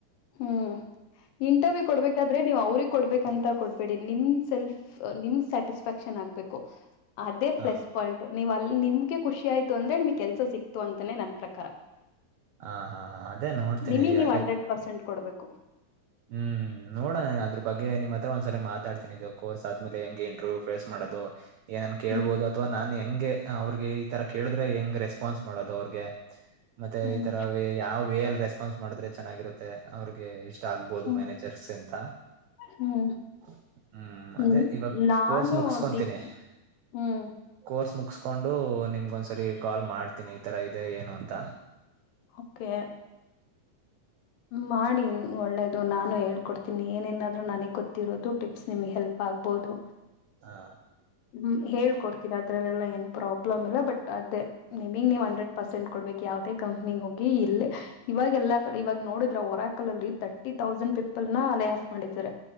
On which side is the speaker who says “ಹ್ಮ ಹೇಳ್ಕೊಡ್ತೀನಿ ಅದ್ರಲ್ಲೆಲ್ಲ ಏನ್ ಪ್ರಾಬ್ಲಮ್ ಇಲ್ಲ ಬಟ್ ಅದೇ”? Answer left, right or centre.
Left